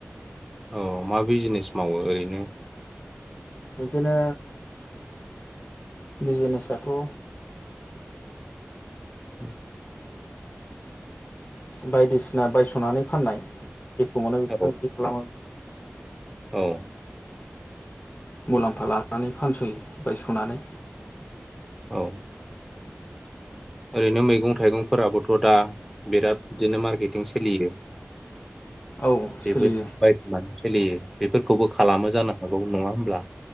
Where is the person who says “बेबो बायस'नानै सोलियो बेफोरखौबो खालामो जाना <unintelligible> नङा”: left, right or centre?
Centre